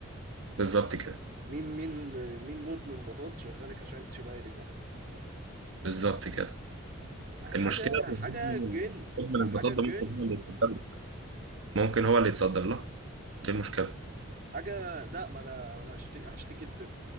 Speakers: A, on the right; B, on the right.
A: بالظبط كده
B: مين مين مين مدمن بطاط شغالك عشان انت شبه هادي كرم
A: بالظبط كده
B: ما حاجه
A: المشكلة إن
B: حاجه
A: مدمن
B: جن
A: ال- مدمن
B: ما
A: البطاطا
B: حاجه جن
A: ممكن هو اللي يتصدر له ممكن هو اللي يتصدر لها دي المشكلة
B: حاجه لا ما انا ما انا هشتكي هشتكي لست